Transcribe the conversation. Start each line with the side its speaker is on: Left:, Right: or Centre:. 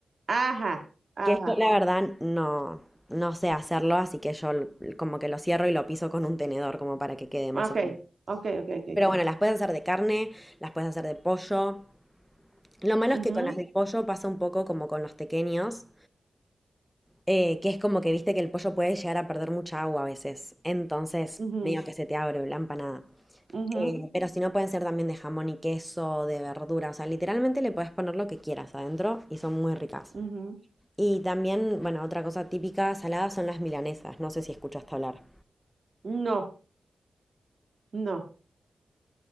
Right: Ajá, ajá.
Centre: Que yo la verdad no, no sé hacerlo, así que yo l- como que lo cierro y lo piso con un tenedor como para que quede más
Right: Ah, Okay,
Centre: o menos.
Right: okay, okay, okay.
Centre: Pero bueno, las puedes hacer de carne, las puedes hacer de pollo. Lo malo
Right: Ujú,
Centre: es que con las de pollo pasa un poco como con los tequeños, Eh, que es como que viste que el pollo puede llegar a perder mucha agua a veces. Entonces,
Right: ujú,
Centre: medio que se te abre la empanada.
Right: ujú,
Centre: Eh, pero si no, pueden ser también de jamón y queso, de verdura. O sea, literalmente le puedes poner lo que quieras adentro y son muy ricas.
Right: ujú.
Centre: Y también, bueno, otra cosa típica salada son las milanesas. No sé si escuchaste hablar.
Right: No, no.